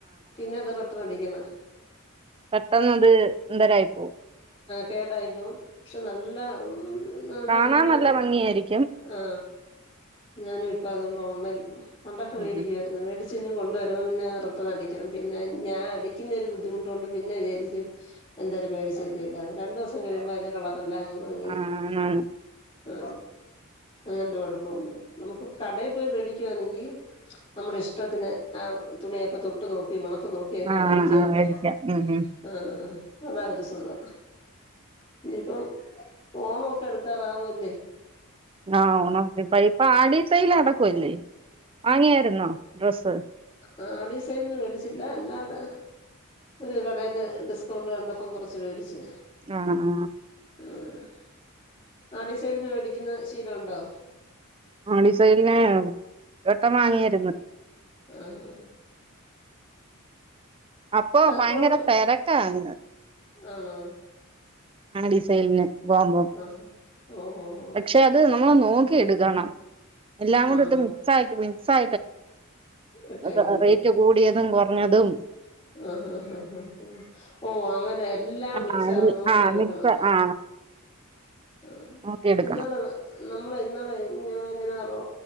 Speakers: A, on the left; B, on the right.
A: പിന്നെ അത് റിട്ടെൺ അടിക്കണ
B: പെട്ടന്നത് എന്തരായി പോഉം
A: കേടായിരുന്നു പക്ഷെ നല്ല ഉം നല്ല
B: കാണാൻ
A: നമ്മള്
B: നല്ല ഭംഗിയായിരിക്കും
A: ആ ഞാനു ഇപ്പം അതോണ്ട് ഓൺലൈൻ പണ്ടൊക്കെ
B: ഉം
A: വേടിക്കുവായിര്ന്ന് വേടി ച്ച് കൊണ്ടുവരു പിന്നെ റിട്ടണടിക്കണം പിന്നെ ഞാ അടിക്കുന്നൊരു ബുദ്ധിമുട്ടു കൊണ്ട് പിന്നെ വിചാരിക്കും എന്തായാലും മേടിച്ചല്ലേ ഇടാന്ന് രണ്ടൂസം കഴിയുമ്പം കളറെല്ലാ അങ്ങ് മങ്ങി
B: ആഹ് ആണ്
A: ആ അങ്ങനത്തെ കുഴപ്പമുണ്ടോ നമുക്ക് കടയ് പോയി വേടിക്കുവാന്നെങ്കി നമ്മുടെ ഇഷ്ടത്തിന് ആ തുണിയൊക്കെ തൊട്ട് നോക്കി മണത്തു നോക്കിയൊക്കെ
B: ആഹ്
A: വേടിക്കാല്ലെ
B: ആഹ് മേടിക്കാം ഉം ഉം
A: ആ അ അതാ ഒരു സുഖം ഇനിയിപ്പം ഫോണൊക്കെ എടു <unintelligible> ല്ലേ
B: ആഹ് ഓണാക്കി പ്പയ് ഇപ്പ ആടി സെയില് നടക്കുവല്ലേ വാങ്ങിയാരുന്നോ ഡ്രസ്സ്
A: ആ ആഡിസെയിൽന് മേടിച്ചില്ല അല്ലാതെ ഒരു കടേല് ഡിസ്കൗണ്ട് കണ്ടപ്പം കുറച്ച് വേടിച്ച്
B: ആ ആ
A: ആ ആഡിസൈൽന് വേടിക്കുന്ന ശീലം ഉണ്ടോ
B: ആഡിസൈൽന് ഏട്ടൻ വാങ്ങിയായിര്ന്ന്
A: ആഹ ആ
B: അപ്പൊ ഭയങ്കര
A: ക്വാളിറ്റി
B: തിരക്കാന്ന്
A: ആണോ
B: ആടിസൈൽ പോമ്പം
A: ആഹ് ഓഹ് ഓഹ്
B: പക്ഷെ
A: ഓഹ്
B: അത് നമ്മൾ നോക്കി എടുക്കണം എല്ലാം കൂടെത്
A: ആണോ
B: മിക്സാ
A: ഇട്ടേക്കുന്നത്
B: <unintelligible> റേറ്റ് കൂടിയതും കുറഞ്ഞതും
A: ആഹ ഹാ ആ ഹ ഓ അങ്ങനെ എല്ലാം
B: ആ
A: മിക്സ് ആവും നോക്കി
B: ആ
A: എടുക്കണം
B: മിക്സ് ആ
A: ആഹ
B: നോക്കി എടുക്കണം
A: ഇന്നള നമ്മള് ഇന്നളെ ഞ ഞ റോ